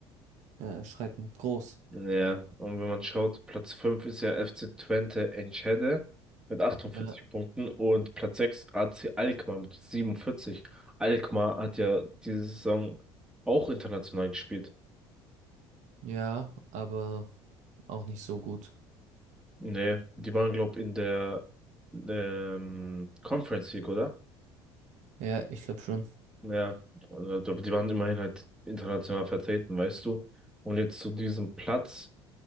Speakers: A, on the right; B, in the centre.
A: Ja, erschreckend groß.
B: Ja, und wenn man schaut, Platz 5 ist ja F C Twente Enschede mit 48
A: Äh,
B: Punkten und Platz sechs A C Alkmaar mit siebenundvierzig Alkmaar hat ja diese Saison auch international gespielt.
A: ja, aber auch nicht so gut.
B: Nee, die waren, glaub, in der ähm, Conference League, oder?
A: Ja, ich glaube schon.
B: Ja, also, die waren immerhin halt international vertreten, weißt du. Und jetzt zu diesem Platz.